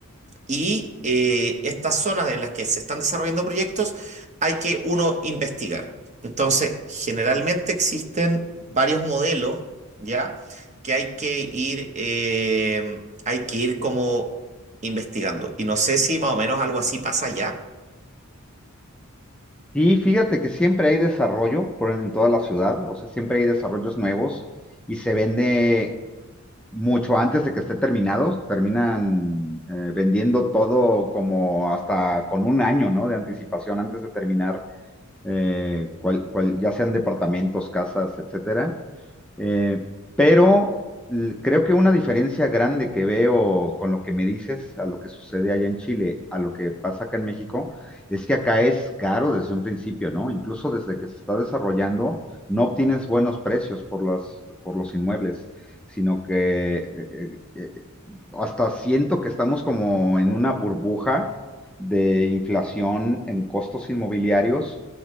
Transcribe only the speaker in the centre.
Sí, fíjate que siempre hay desarrollo por en, en toda la ciudad, o sea, siempre hay desarrollos nuevos y se vende mucho antes de que esté terminado, terminan eh, vendiendo todo como hasta con un año, ¿no? De anticipación antes de terminar, eh, cual- cual- ya sean departamentos, casas, etcétera. Eh, pero l- creo que una diferencia grande que veo con lo que me dices, a lo que sucede allá en Chile, a lo que pasa acá en México, es que acá es caro desde un principio, ¿no? Incluso desde que se está desarrollando, no obtienes buenos precios por los, por los inmuebles, sino que eh, eh, hasta siento que estamos como en una burbuja de inflación en costos inmobiliarios,